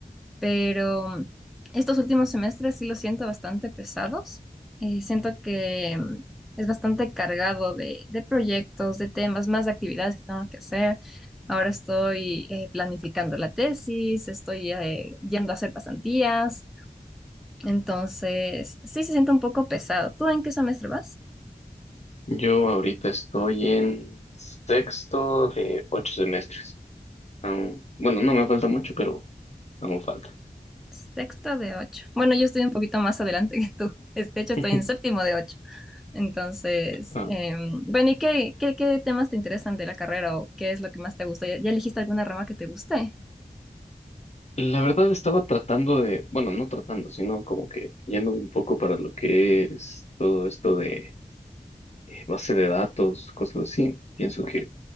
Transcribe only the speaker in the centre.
Pero mm, estos últimos semestres sí los siento bastante pesados. Eh, siento que mm, es bastante cargado de, de proyectos, de temas, más de actividades que tengo que hacer. Ahora estoy eh, planificando la tesis, estoy eh, yendo a hacer pasantías. Entonces, sí se siente un poco pesado. ¿Tú en qué semestre vas?
Sexto de ocho. Bueno, yo estoy un poquito más adelante que tú. Es- De hecho, estoy
en séptimo de ocho. Entonces,
em, bueno, ¿y qué, qué, qué temas te interesan de la carrera o qué es lo que más te gusta? ¿Ya, ya elegiste alguna rama que te guste?